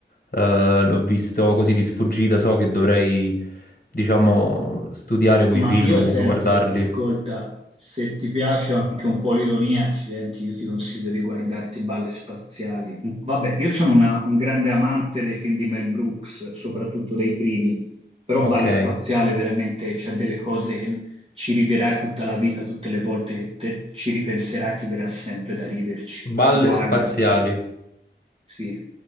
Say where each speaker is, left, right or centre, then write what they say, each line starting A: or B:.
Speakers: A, on the left (about 50°); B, on the right (about 30°).
A: Eh, l'ho visto così di sfuggita, so che dovrei, diciamo, studiare quei
B: Ma
A: film,
B: io
A: comunque
B: senti,
A: guardarli.
B: ascolta, se ti piace anche un po' l'ironia, accidenti, io ti consiglio di guardarti Balle Spaziali. M- Vabbè, io sono una- un grande amante dei film di Mel Brooks, soprattutto dei primi, però
A: Ok,
B: Balle Spaziale veramente c'ha delle cose che ci riderai tutta la vita, tutte le volte che te- ci ripenserai, ti verrà sempre da riderci.
A: balle
B: Guardatelo.
A: spaziali.
B: Sì,